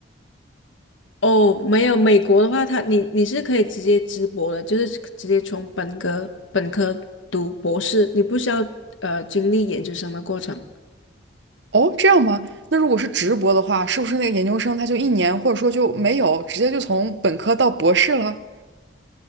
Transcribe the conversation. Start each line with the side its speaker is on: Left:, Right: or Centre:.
Left: 哦，没有，美国的话，他你你是可以直接直博的，就是直接从本科本科读博士，你不需要呃经历研究生的过程。
Right: 哦，这样吗？那如果是直博的话，是不是那个研究生他就一年，或者说就没有，直接就从本科到博士了？